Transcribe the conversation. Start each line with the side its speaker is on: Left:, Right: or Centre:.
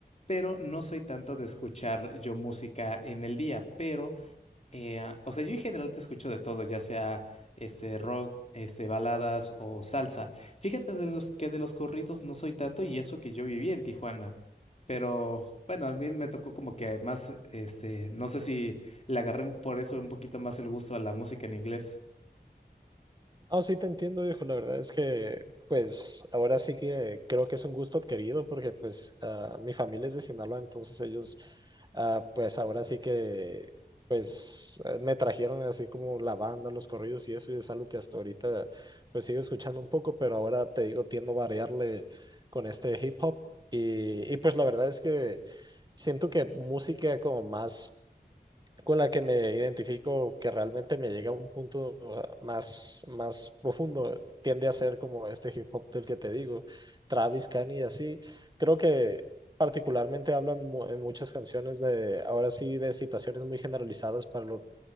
Left: Pero no soy tanto de escuchar yo música en el día, pero, eh, o sea, yo en general te escucho de todo, ya sea este rock, este baladas o salsa. Fíjate de los, que de los corridos no soy tanto y eso que yo viví en Tijuana. Pero bueno, a mí me tocó como que más, este, no sé si le agarré un- por eso un poquito más el gusto a la música en inglés.
Right: No, sí te entiendo, viejo. La verdad es que, pues, ahora sí que creo que es un gusto adquirido porque, pues, ah, mi familia es de Sinaloa, entonces ellos, ah, pues, ahora sí que, pues, eh, me trajeron así como la banda, los corridos y eso, y es algo que hasta ahorita, pues, sigo escuchando un poco, pero ahora te digo, tiendo a variarle con este hip hop. Y, y pues, la verdad es que siento que música como más con la que me identifico, que realmente me llega a un punto uh, más, más profundo, tiende a ser como este hip hop del que te digo, Travis, Kanye así. Creo que particularmente hablan mu- en muchas canciones de, ahora sí, de situaciones muy generalizadas para lo que